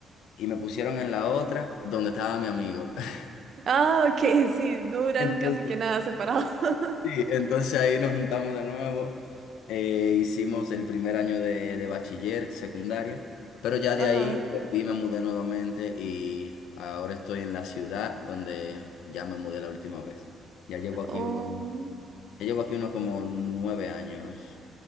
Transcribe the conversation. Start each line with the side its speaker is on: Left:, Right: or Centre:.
Left: y me pusieron en la otra donde estaba mi amigo. <laughs>
Right: Ah, ok, sí, no duraron
Left: entonces
Right: casi que nada separados. <laughs>
Left: Sí, entonces ahí nos juntamos de nuevo, eh, hicimos el primer año de, de bachiller, secundaria, pero ya
Right: Ajá.
Left: de ahí volví, me mudé nuevamente y ahora estoy en la ciudad donde ya me mudé la última vez. Ya llevo aquí
Right: Oh,
Left: uno, ya llevo aquí unos como nueve años